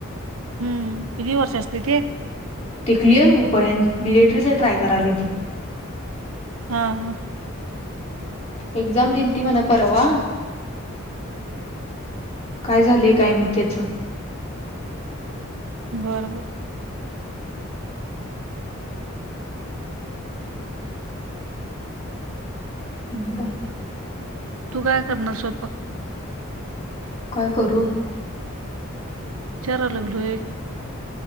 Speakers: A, on the right; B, on the left.
A: हम्म किती वर्ष असते ते
B: ते क्लिअर होऊपर्यंत मिलिटरीचे ट्राय कराली ती
A: हा हा
B: एक्झाम दिली ती म्हणा परवा काय झालेय काय मी त्याचं
A: बरोबर
B: अ काय
A: तू काय करणार स्वयंपाक
B: काय करू?
A: विचाराय लागलोय.